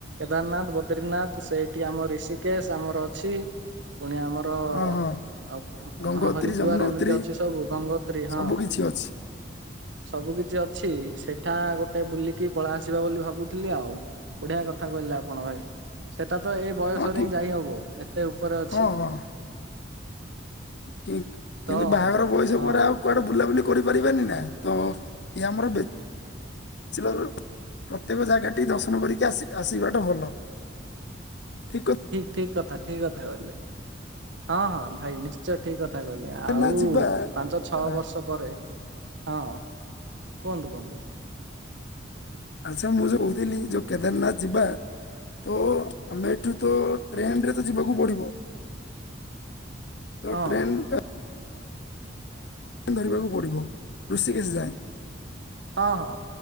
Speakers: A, on the right (about 70°); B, on the left (about 60°).
A: ଉଦାରନାଥ ବଦ୍ରିନାଥ ସେଇଠି ଆମର ରିଷିକେଶ୍ ଆମର ଅଛି। ପୁଣି ଆମର
B: ହଁ ହଁ
A: ଆଉ
B: ଗଙ୍ଗୋତ୍ରୀ
A: ହରିଦ୍ୱାର
B: ଯମୁନୋତ୍ରୀ
A: ଏମିତି ଅଛି ସବୁ ଗଙ୍ଗୋତ୍ରୀ
B: ସବୁ
A: ହଁ।
B: କିଛି ଅଛି
A: ସବୁ କିଛି ଅଛି। ସେଠା ଗୋଟେ ବୁଲିକି ପଳାଇ ଆସିବା ବୋଲି ଭାବୁଥିଲି ଆଉ। ବଢିଆ କଥା କହିଲେ ଆପଣ ଭାଇ। ସେ ଏଟ ତ ଏଇ ବୟସରେ
B: ହଁ ଠିକ
A: ହିଁ ଯାଇ ହବ। ଏତେ ଉପରେ ଅଛି।
B: ହଁ ହଁ କିନ୍ତୁ
A: ତ
B: ବାହାଘର ବୟସ
A: ହଁ।
B: ପରେ ଆଉ କୁଆଡେ ବୁଲାବୁଲି କରିପାରିବାନି ନା। ତ ଇଏ ଆମର ଭି <unintelligible> ପ୍ରତ୍ୟେକ ଜାଗାଟି ଦର୍ଶନ କରିକି ଆସି ଆସିବାଟା ଭଲ। ଠିକ୍ କ
A: ଠିକ୍ କଥା ଠିକ କଥା କହିଲେ। ହଁ ହଁ ଭାଇ ନିଶ୍ଚୟ ଠିକ୍ କଥା। କଥା କହିଲି
B: କେଦାରନାଥ
A: ଆଉ
B: ଯିବା
A: ପାଞ୍ଚ ଛଅ
B: ଆ,
A: ବର୍ଷ ପରେ। ହଁ କୁହନ୍ତୁ କୁହନ୍ତୁ।
B: ଆଚ୍ଛା ମୁଁ ଯୋଉ କହୁଥିଲି ଯୋଉ କେଦାରନାଥ ଯିବା। ତ ଆମେ ଏଠୁ ତ ଟ୍ରେନରେ ତ ଯିବାକୁ ପଡିବ।
A: <inaudible>
B: ତ
A: ହଁ
B: ଟ୍ରେନ୍ ଟା ଧରିବାକୁ ପଡିବ। ରୁଷିକେଶ୍ ଯାଏ।
A: ହଁ ହଁ।